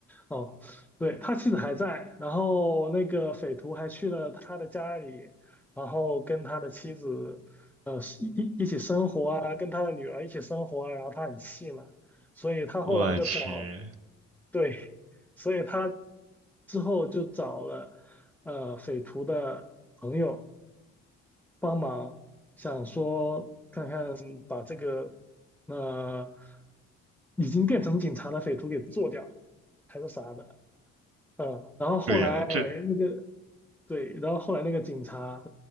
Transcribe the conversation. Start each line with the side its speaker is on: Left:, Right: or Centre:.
Centre: 哦，对，他妻子还在，然后那个匪徒还去了他的家里，然后跟他的妻子，呃，一一一起生活啊，跟他的女儿一起生活啊，然后他很气嘛，所以他后来就找，
Right: 我去，
Centre: 对，所以他之后就找了，呃，匪徒的朋友帮忙，想说嗯，把这个呃已经变成警察的匪徒给做掉，还是啥的，嗯，然后后来那个
Right: 对呀、这。
Centre: 对，然后后来那个警察